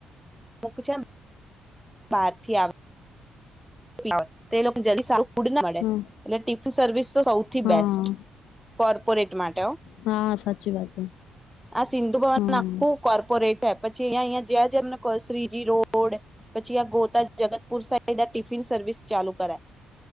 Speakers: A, in the centre; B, on the left.
A: લોક છે બાર થી આવે. <unintelligible> ફ પડે
B: હા
A: એટલે ટિફિન સર્વિસ તો સૌથી
B: હા
A: બેસ્ટ કોર્પોરેટ માટે.
B: હા સાચી વાત હ
A: આ સિંધુ ભવન
B: હા
A: આખું કોર્પોરેટ. પછી અહયા અહંયા જ્યાં જ્યાં cross G road Shriji road પછી આ Gota Jagatpur side. Tiffin service service ચાલુ કરાય